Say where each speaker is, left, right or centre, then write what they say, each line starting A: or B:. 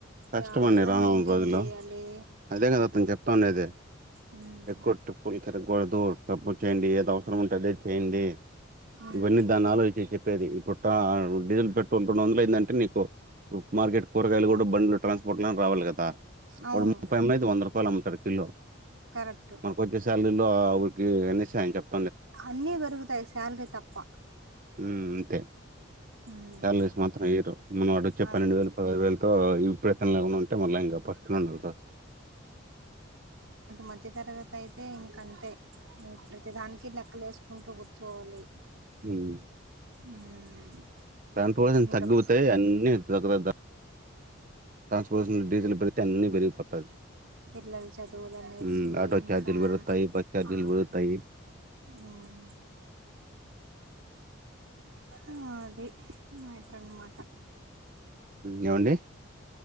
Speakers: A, on the right; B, on the right.
A: కష్టమండి
B: యా ఎలా
A: రానున్న
B: మెయింటైన్
A: రోజుల్లో
B: చేయ్యాలి.
A: అదే కదా అతను చెప్తానేది
B: ఉమ్
A: ఎక్కువ టప్పులు తిరగకూడదు తప్పులు చేయండి ఏదవ. ఉంటే అదే చేయండి
B: ఉమ్
A: ఇవన్నీ దాన్ని ఆలోచి చెసే. పేది ఇప్పుడు ట డీజిల్ పెట్రోల్ <unintelligible> ఏంటంటే నీకు మార్కెట్ కూరగాయలు కూడా బండ్లు. ట్రాన్స్పోర్ట్ లా రావాలి కదా.
B: అవును
A: వాడు ముప్పై అమ్మెది వంద రూపాయలు అమ్ముతాడు కిలో
B: కరెక్ట్
A: మనకోచ్చే శాలరీలో. ఆహ్ ఉరికే ఎన్నిసార్లు చెప్పు.
B: అన్నీ పెరుగుతాయి శాలరీ తప్ప.
A: ఉమ్ అంతే.
B: ఉమ్
A: సాలరీస్ మాత్రం ఇయ్యరు మనం వాడు ఇచ్చే
B: అది
A: పన్నెండు వేలు పదహదు వేలతో ఇప్ ఏమన్నా ఉంటే మళ్ళీ ఇంకా పస్తులు ఉండాలి.
B: మధ్య తరగతి అయితే ఇంక అంతే ఇంకా ప్రతిదానికి లెక్కలు వేసుకుంటూ కూర్చోవాలి.
A: ఉమ్.
B: ఉమ్.
A: కంట్రోల్
B: ఇంకా
A: తగ్గుతాయి అన్ని తక్కువై. ట్రాన్స్పోర్టేషన్ డీజల్ పెడితే ఎన్ని పెరిగిపోతది.
B: పిల్లల చదువులనేసి
A: ఉమ్ ఆటో
B: ఇంకా
A: ఛార్జీలు పెరుగుతాయి బస్ ఛార్జీలు
B: ఆహ్.
A: పెరుగుతాయి
B: ఉమ్. ఆహ్ అది మాట అన్నమాట.
A: ఏమండి.